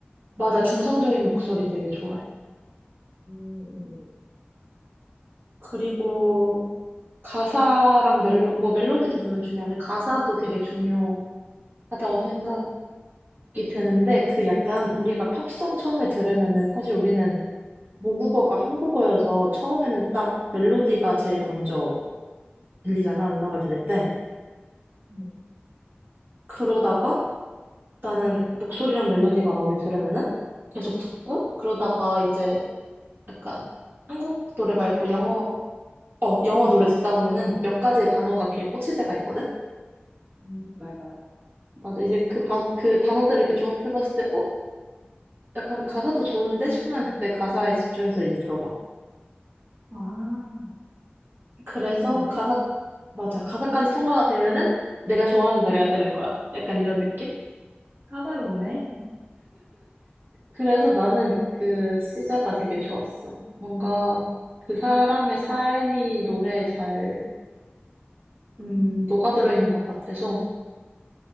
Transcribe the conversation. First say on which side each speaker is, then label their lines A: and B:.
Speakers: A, on the right; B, on the right.
A: 맞아. 중성적인 목소리 되게 좋아해.
B: 음, 음,
A: 그리고 가사랑 멜로, 뭐 멜로디도 물론 중요한데 가사도 되게 중요하다고 생각이 드는데 그 약간 우리가 팝송 처음에 들으면은 사실 우리는 모국어가 한국어여서 처음에는 딱 멜로디가 제일 먼저 들리잖아. 음악을 들을 때.
B: 음, 음.
A: 그러다가 나는 목소리랑 멜로디가 마음에 들으면은 계속 듣고 그러다가 이제 약간 한국 노래
B: 가사를
A: 말고
B: 찾아봐.
A: 영어, 어, 영어 노래 듣다 보면은 몇 가지의 단어가 귀에 꽂힐 때가 있거든?
B: 음, 맞아, 맞아.
A: 맞아. 이제 그, 가, 그 단어들을 이렇게 조합해봤을 때, 어? 약간 가사도 좋은데 싶으면 그때 가사에 집중해서 이제 들어봐.
B: 와,
A: 그래서
B: 괜찮은데?
A: 가사, 맞아. 가사까지 통과가 되면은 내가 좋아하는 노래가 되는 거야. 약간 이런 느낌?
B: 까다롭네.
A: 그래서 나는 그 시자가 되게 좋았어. 뭔가 그 사람의 삶이 노래에 잘, 음, 녹아들어 있는 것 같아서.